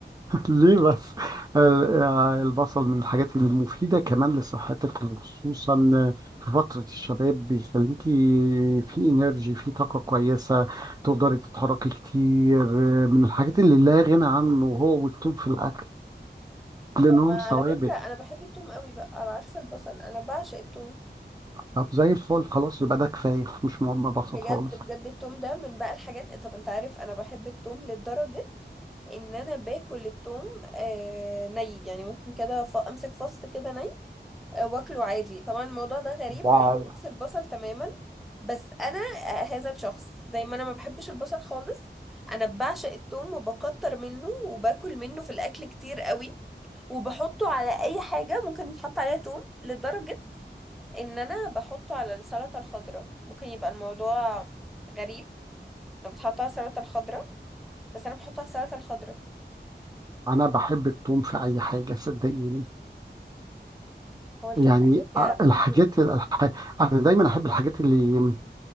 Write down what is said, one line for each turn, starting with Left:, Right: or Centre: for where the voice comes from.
Right: ليه بس ال- آه، البصل من الحاجات المفيدة كمان لصحتك وخصوصا في فترة الشباب بيخليكي في انرجي في طاقة كويسة تقدري تتحركي كتير من الحاجات اللي لا غنى عنه هو والثوم في الأكل لأنهم
Centre: طب ما على
Right: ثوابت
Centre: فكره انا بحب التوم قوي بقى على عكس البصل انا بعشق التوم
Right: طب زي الفل خلاص يبقى ده كفاية مش مهم بصل
Centre: بجد
Right: خالص
Centre: بجد التوم ده من بقى الحاجات طب انت عارف انا بحب التوم لدرجة ان انا باكل التوم آه ني يعني ممكن كده ف... امسك فص كده ني آه، واكله عادي طبعا الموضوع ده غريب
Right: واو
Centre: لان بحس البصل تماما بس انا آه، هذا الشخص زي ما انا ما بحبش البصل خالص انا بعشق التوم وبكتر منه وباكل منه في الاكل كتير قوي وبحطه على اي حاجة ممكن يتحط عليها توم لدرجة ان انا بحطه على السلطة الخضراء ممكن يبقى الموضوع غريب لو بتحطه على السلطة الخضراء بس انا بحطه على السلطة الخضراء
Right: انا بحب التوم في اي حاجه صدقيني
Centre: هو التوم
Right: يعني
Centre: ده حاجة
Right: آه، الحاجات
Centre: خطيرة
Right: الح... انا دايما احب الحاجات اللي